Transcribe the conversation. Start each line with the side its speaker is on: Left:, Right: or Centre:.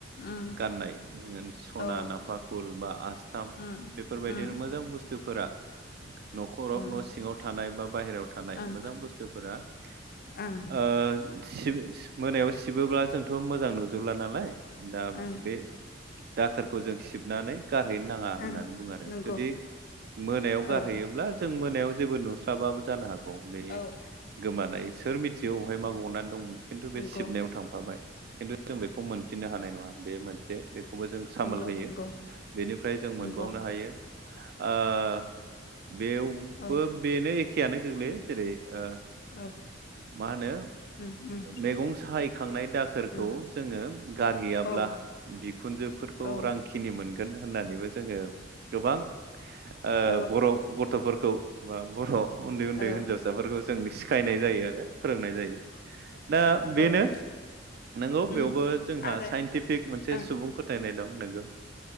Left: उम
Right: गाननाय सना,
Left: औ
Right: नाफाखुल बा आस थाम
Left: उम
Right: बेफोरबायदिनो
Left: उम
Right: मोजां बुस्थुफोरा न'खराव
Left: उम
Right: न' सिङाव थानाय बा बायहेरायाव थानाय
Left: ओं
Right: मोजां बुस्थुफोरा ओ
Left: ओं
Right: सि मोनायाव सिबोब्ला जोंथ' मोजां नुजोबला नालाय दा
Left: ओं
Right: बे दाखोरखौ जों सिबनानै गारहैनो नाङा होननानै
Left: ओं
Right: बुङो आरो।
Left: नंगौ
Right: जुदि मोनायाव गारहैयो
Left: औ
Right: ब्ला जों मोनायाव जेबो नुस्लाबाबो जानो हागौ बे
Left: औ
Right: गोमानाय सोर मि जिउआवहाय
Left: औ
Right: माो अनानै दंमोन खिन्थु बे
Left: नंगौ
Right: सिबनायाव थांफाबाय खिन्थु जों बेखौ मोनफिननो हानाय नङा बे मोनसे खौबो जों सामोल
Left: नंगौ
Right: होयो।
Left: नंगौ
Right: बेनिफ्राय जों मोनबावनो
Left: नंगौ
Right: हायो ओ बेवबो
Left: औ
Right: बेनो एखेयानो गोग्लैयो जेरै ओ
Left: औ
Right: मा होनो
Left: उम उम
Right: मैगं साहायखांनाय दा खोरखौ
Left: उम
Right: जोङो गारहैयाब्ला
Left: औ
Right: बिखुनजोफोरखौ
Left: औ
Right: रां खिनि मोनगोन होननानैबो जोङो गोबां ओ
Left: औ
Right: बर' गथ'फोरखौ बा बर' उन्दै उन्दै
Left: औ
Right: हिनजावसाफोरखौ जों सिखायनाय जायो आरो फोरोंनाय जायो। दा बेनो
Left: औ औ।
Right: नोंगौ
Left: उम
Right: बेयावबो जोंहा
Left: आरो
Right: साइनटिफिक मोनसे
Left: ओं
Right: सुबुं फोथायनाय दं नोंगौ।